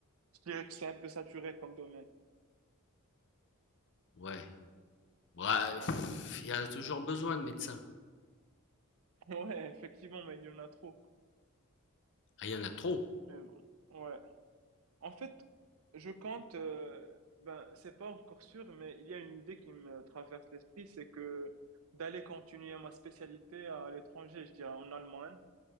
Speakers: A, on the right; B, on the left.
A: je dirais que c'est un peu saturé comme domaine.
B: Ouais. Ouais,
A: Ouais,
B: pff,
A: effectivement.
B: il y
A: <laughs>
B: en a toujours besoin de médecins.
A: Ouais, effectivement, mais il y en a trop.
B: Ah, il y en a trop.
A: Mais bon, ouais. En fait, je compte, euh, ben, c'est pas encore sûr, mais il y a une idée qui me traverse l'esprit, c'est que d'aller continuer ma spécialité à l'étranger, je dirais en Allemagne.